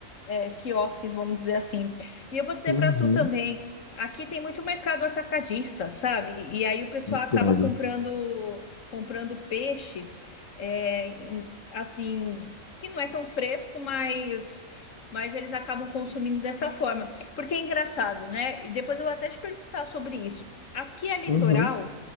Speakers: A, on the left; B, on the left.
A: é, quiosques, vamos dizer assim. E eu vou dizer
B: Uhum,
A: para tu também, aqui tem muito mercado atacadista, sabe? E aí o pessoal
B: entendo.
A: acaba comprando comprando peixe, é, em- assim, que não é tão fresco, mas mas eles acabam consumindo dessa forma. Porque é engraçado, né? E depois eu vou até te perguntar sobre isso. Aqui é litoral,
B: Uhum.